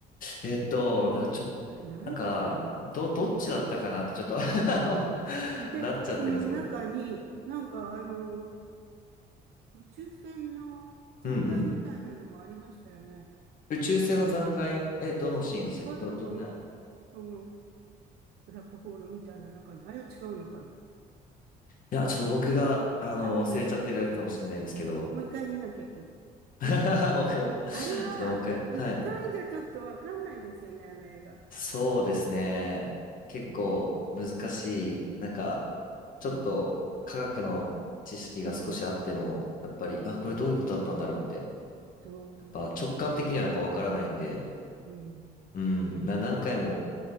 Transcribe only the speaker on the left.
えっと、なんかちょ、
なんか、ど、どっちだったかなってちょっと
<laughs>
なっちゃってるんですけど。
うんうん。宇宙船の残骸え、どのシーンでしたっけど、
どんな
いや、ちょっと僕が、あの、
忘れちゃってるだけかもしれないですけど。
<laughs>
僕も。
ちょっともう一回。はい。
そうですね。
結構難しい。
なんか、ちょっと科学の知識が少しあっても、
やっぱり、あ、
これどういうことだったんだろうって。
やっぱ直感的にはやっぱわからないんで、
うん、な、
何回も